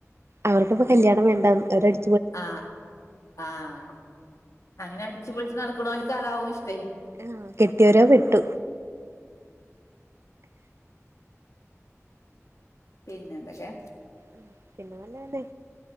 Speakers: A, on the right; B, on the left.
A: അവർക്കൊക്കെ കല്യാണം വേണ്ടന്ന് അവരട്
B: ആഹ് ആഹ് അങ്ങനെ അടിച്ച്പൊളിച്ച് നടക്ക്ണോല്ക്ക് അതാവും ഇഷ്ടേ
A: ആഹ് കെട്ട്യൊരോ പെട്ടു.
B: പിന്നെന്തെക്കെ?
A: ഉം പിന്നെ നല്ലതെന്നെ.